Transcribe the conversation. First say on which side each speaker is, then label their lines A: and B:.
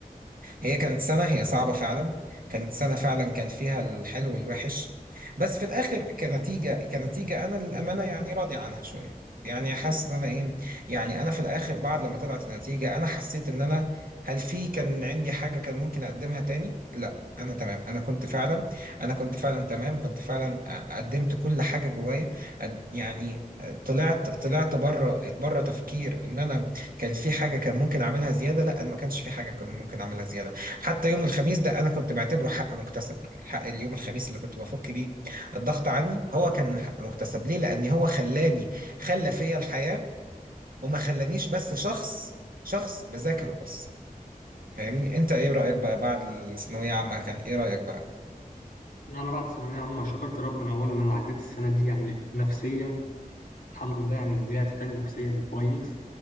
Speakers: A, on the right (about 75°); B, on the left (about 90°).
A: هي كانت سنة هي صعبة فعلا كانت سنة فعلا كان فيها الحلو والوحش بس في الآخر كنتيجة كنتيجة أنا للأمانة يعني راضي عنها شوية يعني حاسس إن أنا إيه يعني أنا في الآخر بعد لما طلعت النتيجة أنا حسيت إن أنا هل في كان عندي حاجة كان ممكن أقدمها تاني؟ لا أنا تمام أنا كنت فعلا أنا كنت فعلا تمام كنت فعلا قدمت كل حاجة جوايا قد- يعني طلعت طلعت بره بره تفكير إن أنا كان في حاجة كان ممكن أعملها زيادة لا أنا ما كانش في حاجة كان ممكن أعملها زيادة حتى يوم الخميس ده انا كنت بعتبره حق مكتسب حق اليوم الخميس اللي كنت بفك بيه الضغط عني هو كان حق مكتسب ليه لان هو خلاني خلى فيا الحياة وما خلانيش بس شخص شخص بذاكره بس فاهمني انت ايه رأيك بقى بعد الثانوية عامة كان ايه رأيك بقى
B: انا بعد ثانويه عامه شكرت ربنا اولا ان انا عديت السنه دي يعني نفسيا الحمد لله يعني رجعت تاني نفسيا كويس